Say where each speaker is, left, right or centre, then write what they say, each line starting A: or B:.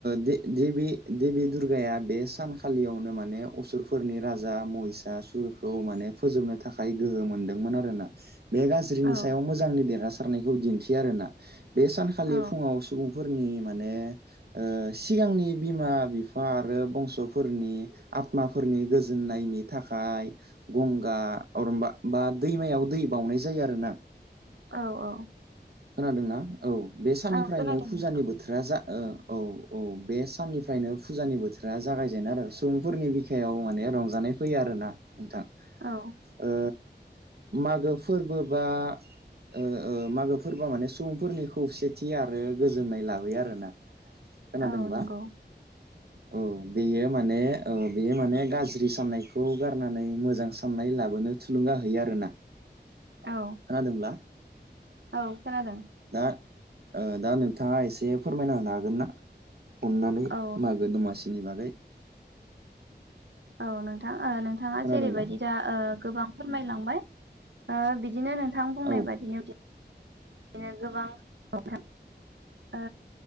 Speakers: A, on the right; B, on the right.
A: दे देबि देबि दुर्गाया बे सानखालियावनो माने असुरफोरनि राजा महिसासुरखौ माने फोजोबनो थाखाय गोहो मोनदोंमोन आरोना। बे गाज्रिनि
B: औ
A: सायाव मोजांनि देरहासार नायखौ दिन्थियो आरोना। बे सानखालि
B: औ
A: फुङाव सुबुं फोरनि माने ओ सिगांनि बिमा बिफा आरो बंसफोरनि आत्माफोरनि गोजोननायनि थाखाय गंगा अरमबा बा दैमायाव दै बाउनाय जायो आरो ना।
B: औ औ
A: खोनादोंना? औ बे साननिफ्रायनो
B: औ खोनादों
A: फुजानि
B: नोंथां
A: बोथोरा जा ओ औ औ बे साननिफ्रायनो फुजानि बोथोरा जागायजेनो आरो सुबुंफोरनि बिखायाव माने रंजानाय फैयो आरोना नोंथां।
B: औ
A: ओ मागो फोरबो बा ओ ओ मागो फोरबोआ माने सुबुंफोरनि खौसेथि आरो गोजोननाय लाबोयो आरोना। खोनादोंबा
B: औ नंगौ
A: औ बेयो माने ओ बेयो माने गाज्रि साननायखौ गारनानै मोजां साननाय लाबोनो थुलुंगा होयो आरोना।
B: औ
A: खोनादोंब्ला
B: औ खोनादों।
A: दा ओ दा नोंथाङा एसे फोरमायना होनो हागोन ना? अननानै
B: औ
A: मागो दमासि नि बागै
B: औ नों ओ नोंथाङा
A: खोनादोंब्ला
B: जेरैबायदि दा ओ गोबां फोरमायलांबाय ओ बिदिनो नों थां बुंनाय
A: औ
B: बादिनो दिनो गोबां <unintelligible> ओ